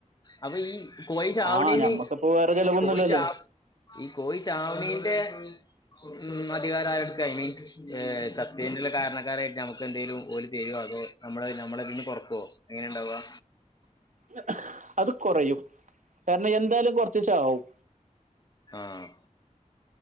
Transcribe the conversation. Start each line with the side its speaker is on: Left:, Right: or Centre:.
Left: അപ്പൊ ഈ കോയി ചാവ്ണേന്
Right: ആ ഞമ്മക്കിപ്പോ വേറെ ചെലവൊന്നുമില്ലല്ലോ
Left: കോയി ചാ ഈ കോയി ചാവണേന്റെ ഉം അധികാരം ആരിക്കായിന് ഏഹ് ചത്തെന്ള്ള കാരണക്കാരായിട്ട് നമ്മകന്തെലും ഓലി തരുവോ അതോ നമ്മള നമ്മളതിന്ന് കൊറക്കുവോ എങ്ങനെ ഉണ്ടാവുക
Right: ന്നെ അത് കുറയും കാരണം എന്തായാലും കുറച്ച് ചാവും
Left: ആഹ്